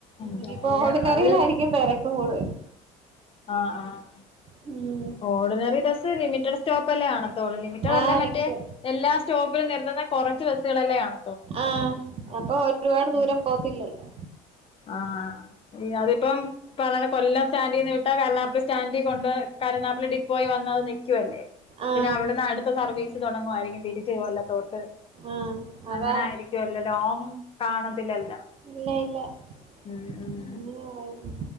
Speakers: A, on the left; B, on the right.
A: എന്തായാലും
B: ഇനിയിപ്പോ ഓർഡിനറിയിലായിരിക്കും
A: അവര്
B: തെര ക്ക് കൂടുതലും
A: ആഹ് ആഹ്
B: ഉം
A: ഓർഡിനറി ബസ്സ് ലിമിറ്റഡ് സ്റ്റോപ്പ് അല്ലേ കാണത്തൊള്ളു ലിമിറ്റഡ്
B: ആഹ്
A: അല്ല മറ്റേ
B: നെക്സ്റ്റ്
A: എല്ലാ സ്റ്റോപ്പിലും നിർത്തുന്ന കൊറച്ച് ബസ്സുകളല്ലേ കാണ
B: ആഹ് അപ്പൊ ഒരുപാട് ദൂരം പോവത്തില്ലല്ലോ?
A: ആഹ് അതിപ്പം ഈ പറയണ കൊല്ലം സ്റ്റാൻഡിന്ന് വിട്ടാ കരുനാഗപ്പള്ളി സ്റ്റാൻഡി കൊണ്ട് കരുനാഗപ്പള്ളി ഡിപ്പോയി വന്നത് നിക്കുവല്ലേ
B: ആഹ്
A: പിന്നെ അവിടുന്ന് അടുത്ത സർവീസ് തൊടങ്ങുവായിരിക്കും തിരിച്ചു കൊല്ലത്തോട്ട്
B: ആഹ് അതാ
A: അങ്ങനെയായിരിക്കും തിരിച്ച് വരില്ല ലോങ്ങ് കാണത്തില്ലല്ലോ
B: ഇല്ല ഇല്ല അങ്ങനെ
A: ഉം ഉം
B: പോവുന്നു